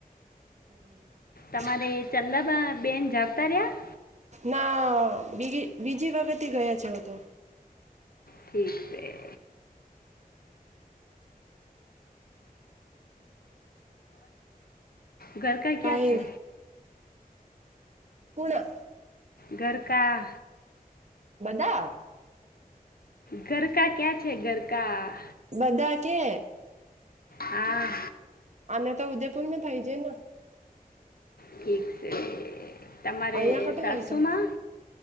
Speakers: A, on the right; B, on the left.
A: હમ.
B: તમારે ચંદબબહેન જવતા રહ્યા.
A: ના બી બીજી વખત ગયા છે તો
B: ઠી છે ઘર કા ક્યા
A: કઈ
B: છે
A: પણા
B: ઘરકા
A: બધા
B: ગરકા ક્યાં છે ગરકા
A: બધા કે
B: હા
A: અને તો ઉદયપુર થાયજે ને
B: ઠીક છે તમારે
A: અહિયાં કટે
B: સાસુમાં
A: રહે છો